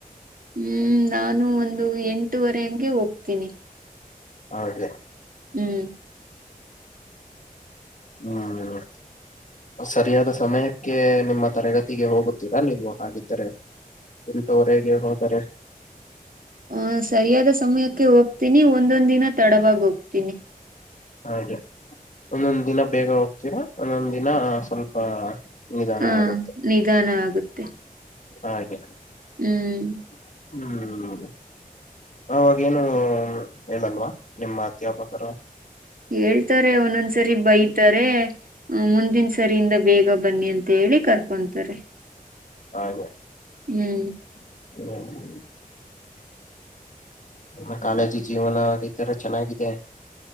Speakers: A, on the right; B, on the left.
A: ಹ್ಮ್ ನಾನು ಒಂದು ಎಂಟವರೆ ಹಂಗೆ ಹೋಗ್ತೀನಿ.
B: ಹೌದೆ.
A: ಹ್ಮ್
B: ಹ್ಮ್. ಸರಿಯಾದ ಸಮಯಕ್ಕೆ ನಿಮ್ಮ ತರಗತಿಗೆ ಹೋಗುತ್ತೀರಾ ನೀವು ಹಾಗಿದ್ದರೆ. ಎಂಟುವರೆಗೆ ಹೋದಾರೆ.
A: ಹ್ಮ್ ಸರಿಯಾದ ಸಮಯಕ್ಕೆ ಹೋಗ್ತೀನಿ ಒಂದೊಂದ್ ದಿನ ತಡವಾಗಿ ಹೋಗ್ತೀನಿ.
B: ಹಾಗೆ ಒಂದೊಂದ್ ದಿನ ಬೇಗ ಹೋಗ್ತೀರಾ ಒಂದೊಂದು ದಿನ ಸ್ವಲ್ಪ. ನಿಧಾನ
A: ಹ್ಮ್
B: ಆಗುತ್ತೆ
A: ನಿಧಾನ ಆಗುತ್ತೆ
B: ಹಾಗೆ.
A: ಹ್ಮ್
B: ಹ್ಮ್ ಅವವಾಗೇನು ಹೇಳಲ್ವಾ ನಿಮ್ಮ ಅಧ್ಯಾಪಕರು.
A: ಹೇಳ್ತಾರೆ ಒಂದೊಂದ್ಸರಿ ಬೈತಾರೆ. ಹ್ಮ್ ಮುಂದಿನ ಸರಿಯಿಂದ ಬೇಗ ಬನ್ನಿ ಅಂತ ಹೇಳಿ ಕರ್ಕೊಂತಾರೆ.
B: ಹಾಗೆ.
A: ಹ್ಮ್.
B: <unintelligible> ಆ ಕಾಲೇಜಿ ಜೀವನ ಇತರ ಚೆನ್ನಾಗಿದೆ.